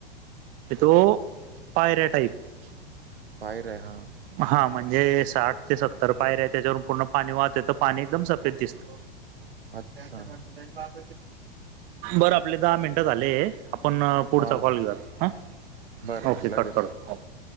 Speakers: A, on the right (about 30°); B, on the right (about 75°).
A: तो पायऱ्या टाईप
B: बाहेर आहे हा
A: हा म्हणजे साठ ते सत्तर पायरी आहे त्याच्यावरून पूर्ण पाणी वाहतं येत, पाणी एकदम सफेद दिसतं.
B: अच्छा
A: बरं आपले दहा मिनट झाले. आपण पुढचा
B: हा
A: कॉल घेऊ आता. हा?
B: बर बर
A: ओके
B: लगेच
A: कट करतो हो.